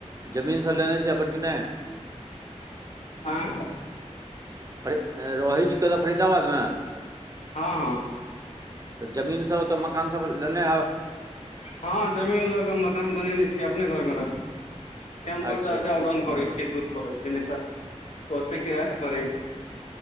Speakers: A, on the right; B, on the left.
A: जमीनसभ लेने छियै अपन कि नहि?
B: आँ।
A: फरी, रहै छी कहतहु फरीदाबादमे?
B: हँ- हँ।
A: तऽ जमीन सब तऽ मकान सब लेने हैब।
B: हँ जमीन लऽ के मकान बनेने छीयै, अपने घर मे रह छी, तं दुआरऽ
A: अच्छा अच्छा
B: ऑडाउ <unintelligible> पै छै दूर पै छै, नहि तऽ ओतेक क र पड़ै छै।